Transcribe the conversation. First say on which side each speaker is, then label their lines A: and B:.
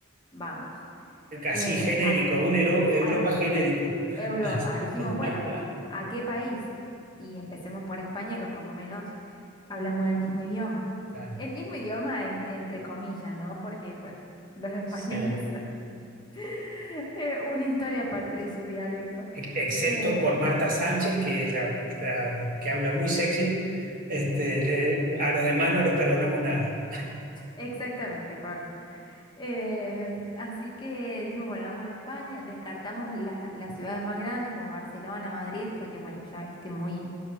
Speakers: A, on the left; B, on the right.
A: Vamos. Eh,
B: Así genérico,
A: a,
B: un Euro- Europa
A: a
B: genérico.
A: Europa. Dijimos,
B: <laughs>
A: bueno, ¿a qué país? Y empecemos por España, que por lo menos Hablamos el mismo idioma.
B: Claro.
A: El mismo idioma en- entre comillas, ¿no? Porque, bueno, <laughs> los españoles
B: Sí.
A: son <laughs> eh, una historia aparte de su dialecto.
B: e- excepto
A: Eh,
B: por Marta Sánchez, que es la, la que habla muy sexy, este, le- a los demás no les perdonamos nada.
A: exactamente, Pablo. Eh, así que dijimos, bueno, vamos a España, descartamos la- las ciudades más grandes como Barcelona, Madrid, porque, bueno, ya viste, muy